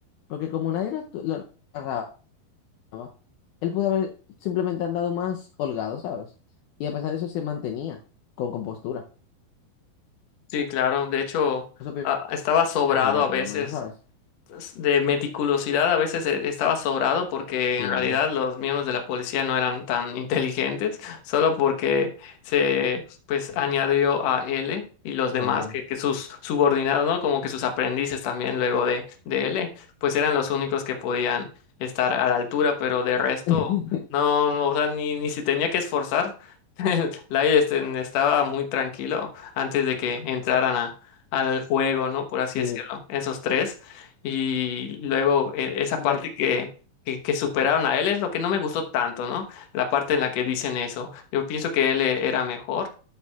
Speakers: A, on the left (about 80°); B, on the left (about 65°).
A: Porque como nadie lo, estu- lo agarraba, funcionaba, él pudo haber simplemente andado más holgado, ¿sabes? Y a pesar de eso se mantenía con compostura.
B: sí, claro. De hecho,
A: Eso pi-
B: ah, estaba sobrado
A: pienso yo,
B: a
A: por
B: veces.
A: lo menos, ¿sabes?
B: de meticulosidad a veces eh, estaba sobrado porque
A: Sí,
B: en realidad los miembros de la policía no eran tan inteligentes, solo porque se pues añadió a L y los
A: no.
B: demás que, que sus subordinados, ¿no? Como que sus aprendices también luego de, de L, pues eran los únicos que podían estar a la altura, pero de resto
A: <laughs>
B: no, no, o sea, ni, ni se tenía que esforzar. <laughs> Light estaba muy tranquilo antes de que entraran a- al juego, ¿no? Por así
A: Sí,
B: decirlo, esos tres. Y luego eh, esa
A: re-
B: parte que, que, que superaron a él es lo que no me gustó tanto, ¿no? La parte en la que dicen eso. Yo pienso que él eh, era mejor